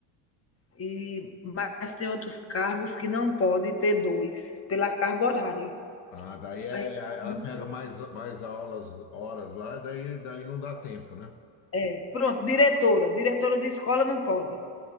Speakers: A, on the left (about 30°); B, on the left (about 60°).
A: E mas tem outros cargos que não pode ter 2 pela carga horária.
B: Ah, daí é-
A: Aí
B: é, ela
A: não
B: pega mais, mais aulas, horas lá, daí, daí não dá tempo, né?
A: tem. Pronto, diretora, diretora de escola não pode.